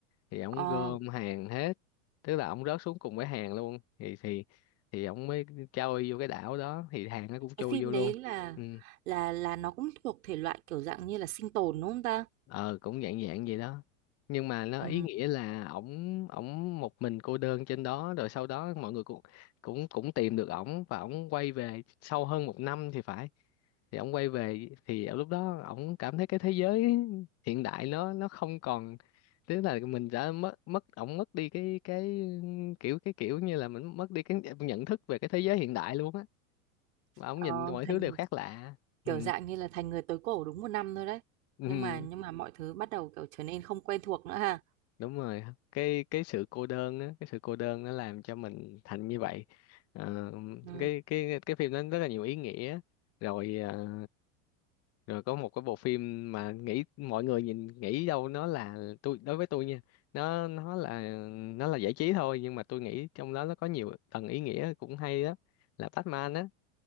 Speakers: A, on the left; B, on the right.
A: thì ổng
B: Ờ
A: gom hàng hết tức là ổng rớt xuống cùng với hàng luôn thì thì thì ổng mới trôi vô cái đảo đó thì hàng nó cũng trôi
B: cái phim
A: vô
B: đấy
A: luôn
B: là
A: ừ
B: là là nó cũng thuộc thể loại kiểu dạng như là sinh tồn đúng không ta?
A: ờ cũng dạng dạng vậy đó nhưng mà nó
B: Ừ.
A: ý nghĩa là ổng ổng một mình cô đơn trên đó rồi sau đó mọi người cũng cũng cũng tìm được ổng và ổng quay về sau hơn một năm thì phải thì ổng quay về thì ở lúc đó ổng cảm thấy cái thế giới hiện đại nó nó không còn tức là mình đã mất mất ổng mất đi cái cái kiểu cái kiểu như là mình mất đi cái nhận thức về cái thế giới hiện đại luôn á mà ổng
B: Ờ,
A: nhìn mọi thứ
B: thành
A: đều khác lạ ừ.
B: Kiểu dạng như là thành người tối cổ đúng một năm thôi đấy.
A: Ừ.
B: Nhưng mà nhưng mà mọi thứ bắt đầu kiểu trở nên không quen thuộc nữa ha.
A: đúng rồi cái cái sự cô đơn á cái sự cô đơn nó làm cho mình thành như vậy Ờ,
B: Ừ.
A: cái cái cái phim nó rất là nhiều ý nghĩa rồi ờ, rồi có một cái bộ phim mà nghĩ mọi người nhìn nghĩ đâu nó là tôi đối với tôi nha nó nó là nó là giải trí thôi nhưng mà tôi nghĩ trong đó nó có nhiều tầng ý nghĩa cũng hay đó là Batman á